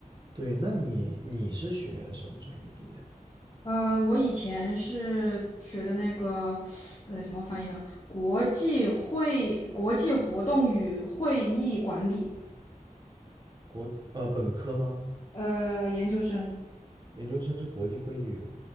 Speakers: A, on the right; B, on the left.
A: 对，那你你是学什么专业毕业的？
B: 呃，我以前是学的那个呃怎么翻译呢？国际会国际活动与会议管理，
A: 国呃本科吗？
B: 呃，研究生。
A: 研究生是国际会议与